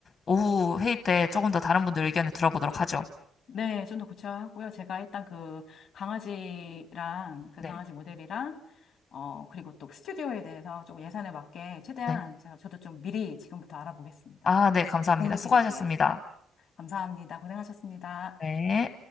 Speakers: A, on the left; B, on the left.
A: 오후 회의 때 조금 더 다른 분들 의견을 들어보도록 하죠.
B: 네, 좀 더 구체화하고요. 제가 일단 그 강아지랑 그
A: 네.
B: 강아지 모델이랑 어, 그리고 또 스튜디오에 대해서 조금 예산에 맞게 최대한
A: 네.
B: 제가 저도 좀 미리 지금부터 알아보겠습니다.
A: 아, 네. 감사합니다.
B: 그리고 공유
A: 수고하셨습니다.
B: 드릴게요. 감사합니다. 고생하셨습니다.
A: 네.